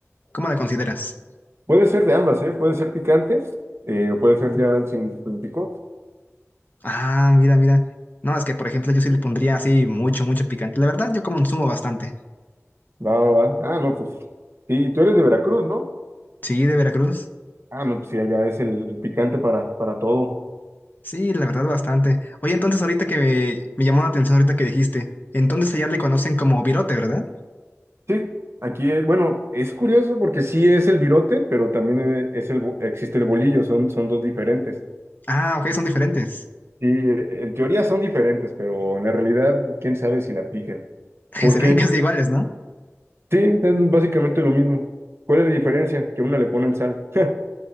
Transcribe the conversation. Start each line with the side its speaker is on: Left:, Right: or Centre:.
Left: ¿Cómo la consideras?
Right: Puede ser de ambas, ¿eh? Puede ser picante, eh, o puede ser ya sin, sin picor.
Left: Ah, mira, mira. No, es que por ejemplo yo sí le pondría así mucho, mucho picante. La verdad, yo consumo bastante.
Right: Va, va, va. Ah, no, pues. Y tú eres de Veracruz, ¿no?
Left: Sí, de Veracruz.
Right: Ah, no, pues sí, allá es el, el picante para, para todo.
Left: Sí, la verdad, bastante. Oye, entonces ahorita que me, me llamó la atención ahorita que dijiste, entonces allá le conocen como virote, ¿verdad?
Right: Sí, aquí, eh, bueno, es curioso porque sí es el virote, pero también eh, es el, bo- existe el bolillo, son, son dos diferentes.
Left: Ah, ok, son diferentes.
Right: Sí, eh, en teoría son diferentes, pero en la realidad, quién sabe si la aplican.
Left: <laughs>
Right: Porque.
Left: Se ven casi iguales, ¿no?
Right: Sí, es básicamente lo mismo. ¿Cuál es la diferencia? Que una le ponen sal. <laughs>